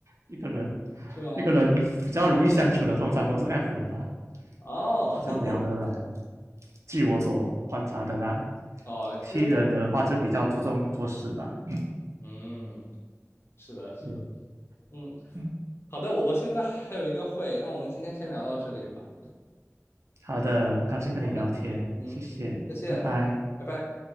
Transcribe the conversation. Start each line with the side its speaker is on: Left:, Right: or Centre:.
Right: 一个人
Left: 是吗？
Right: 一个人比较容易相处的，通常都是 F 人吧。
Left: 哦
Right: 比较聊得来。
Left: <laughs>
Right: 据我所观察的啦
Left: 哦，
Right: ，T
Left: 因为它
Right: 人的话就比较注重做事吧。嗯
Left: 嗯，是的，是的，
Right: 嗯
Left: 嗯，
Right: 嗯，
Left: 好的，我我现在还有一个会，那我们今天先聊到这里吧。
Right: 好的，很高兴跟你聊天，
Left: 嗯，好的，嗯，
Right: 谢谢，
Left: 再见啊，
Right: 拜拜。
Left: 拜拜。